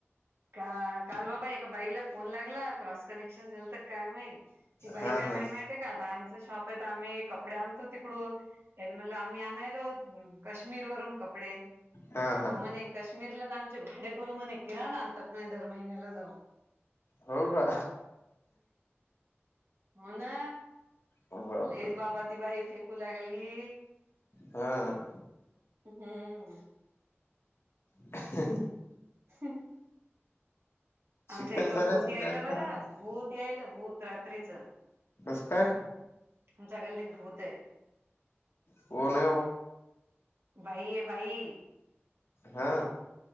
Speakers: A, on the right; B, on the left.
A: का काल बाबा एका बाईला फोन लागला क्रॉस कनेक्शन झालं तर काय माहित. ती बाई
B: हा
A: काय
B: हा
A: म्हणे माहितय का आता आमच शॉप आहे आम्ही कपडे आणतो तिकडून. त्यान म्हणलं आम्ही आणायलोत काश्मीर वरून कपडे.
B: हा
A: हो
B: हा
A: म्हणे काश्मीरला तर आमचे भाडे करू म्हणे किराण आणतात म्हण दर महिन्याला जाऊ.
B: हो का.
A: हो ना
B: बापरे
A: लईच बाबा ती बाई फेकू लागली.
B: ह.
A: हम्म.
B: <inaudible>
A: <unintelligible>
B: चिखलदऱ्याचा
A: आमच्या इथं भूत यायल
B: प्लॅन
A: बरं
B: करा ना
A: भूत यायल भूत रात्रीचं.
B: कस काय.
A: आमच्या गल्लीत भूत आहे.
B: कोण हे.
A: भाई आहे भाई.
B: हा.